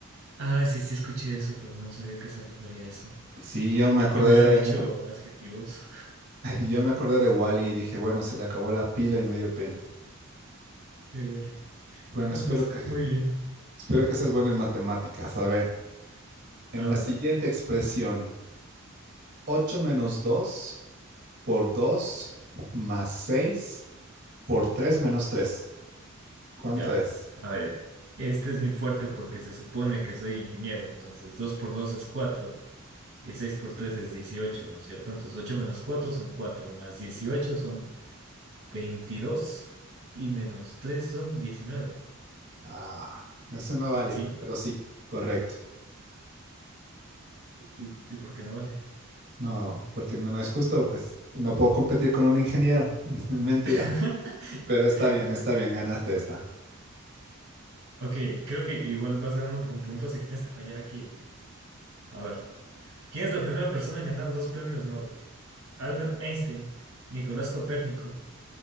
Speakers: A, on the right; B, on the right.
A: Ah, sí, sí escuché eso, pero no sabía a qué se refería eso.
B: Sí, yo me acordé
A: Yo hubiera dicho
B: de,
A: adjetivos.
B: <laughs> yo me acordé de Wally y dije, bueno, se le acabó la pila y me dio pena.
A: <laughs> Me huele.
B: Bueno,
A: No,
B: espero
A: pues,
B: que,
A: muy bien.
B: espero que seas bueno en matemáticas. A ver, en
A: A
B: la
A: ver,
B: siguiente expresión, 8 menos 2 por 2 más 6 por 3 menos tres ¿Cuánto
A: ya.
B: es?
A: A ver, este es mi fuerte porque se supone que soy ingeniero. Entonces, 2 por 2 es 4 y 6 por 3 es dieciocho, ¿no es cierto? Entonces, 8 menos 4 son 4 más 18 son 22 y menos 3 son diecinueve,
B: Ah, eso no vale,
A: ¿Sí?
B: pero sí, correcto.
A: ¿Y, y por qué no vale?
B: No, porque no, no es justo, pues no puedo competir con un ingeniero. <laughs> Mentira,
A: <laughs>
B: pero está bien, está bien, ganaste esta.
A: Ok, creo que igual vas ganando por un punto, así que tienes que fallar aquí. A ver, ¿quién es la primera persona en ganar dos premios Nobel? ¿Albert Einstein, Nicolás Copérnico,